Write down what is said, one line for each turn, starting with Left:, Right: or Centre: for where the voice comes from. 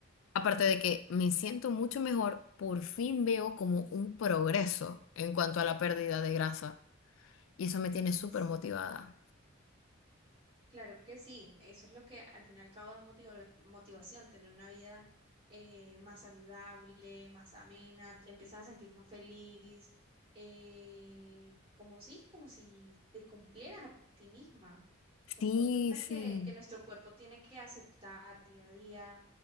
Left: aparte de que me siento mucho mejor, por fin veo como un progreso en cuanto a la pérdida de grasa, y eso me tiene súper
Right: sí.
Left: motivada.
Right: Claro que sí, eso es lo que al fin y al cabo da motiva- motivación, tener una vida eh, más saludable, más amena, te empiezas a sentir más feliz, eh, como si, como si te cumplieras a ti misma. Son
Left: Sí,
Right: conductas
Left: sí.
Right: que, que nuestro cuerpo tiene que aceptar día a día